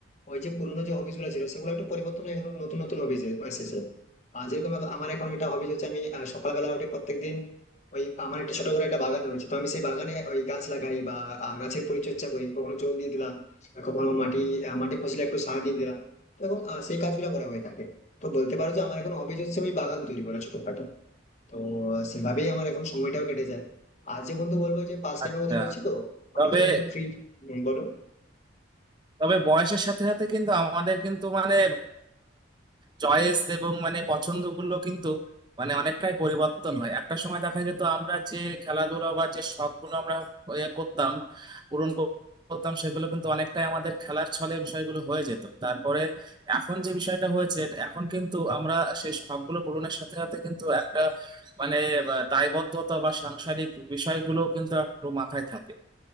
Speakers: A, on the left; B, on the right.
A: ওই যে পুরোনো যে হবিস গুলো ছিল সেগুলো একটু পরিবর্তন হয়ে এখন নতুন নতুন হবিস এসেছে আর যেরকম এখন আমার এখন একটা হবিস হচ্ছে আমি আহ, সকালবেলা উঠে প্রত্যেকদিন ওই আমার একটা ছোট করে একটা বাগান রয়েছে তো আমি সেই বাগানে ওই গাছ লাগাই বা আহ, গাছের পরিচর্যা করি কখনো জল দিয়ে দিলাম আর কখনো মাটি আহ, মাটি ফসলে একটু সার দিয়ে দিলাম তো এখন আহ, সেই কাজগুলো করা হয়ে থাকে তো বলতে পারো যে আমার এখন হবিস হচ্ছে ওই বাগান তৈরি করা ছোটখাটো তো আহ, সেভাবেই আমার এখন সময়টাও কেটে যায় আর যে বন্ধু বলবো যে পাস টাইমের
B: আচ্ছা
A: কথা বলছি তো আমরা
B: তবে
A: যখন একটু ফ্রি বলো
B: তবে বয়সের সাথে সাথে কিন্তু আমাদের কিন্তু মানে চয়েস এবং মানে পছন্দগুলো কিন্তু মানে অনেকটাই পরিবর্তন হয় একটা সময় দেখা যেত আমরা যে খেলাধুলা বা যে শখগুলো আমরা এ করতাম পূরণ কর- করতাম সেগুলো কিন্তু অনেকটাই আমাদের খেলার ছলে বিষয়গুলো হয়ে যেত তারপরে এখন যে বিষয়টা হয়েছে এখন কিন্তু আমরা সেই শখগুলো পূরণের সাথে সাথে কিন্তু একটা মানে আহ, দায়বদ্ধতা বা সাংসারিক বিষয়গুলো কিন্তু একটু মাথায় থাকে